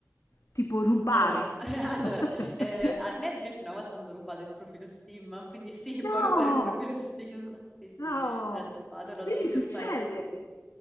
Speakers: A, on the left; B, in the centre.
A: Tipo rubare.
B: Allora, <laughs>
A: <laughs>
B: allora, eh, a me ad esempio una volta hanno rubato il profilo Steam, quindi sì,
A: No!
B: <laughs> puoi rubare il profilo Steam, <laughs> sì sì,
A: No!
B: me l'hanno rubato, l'ho
A: Quindi
B: dovuto
A: succede.
B: rifare da capo.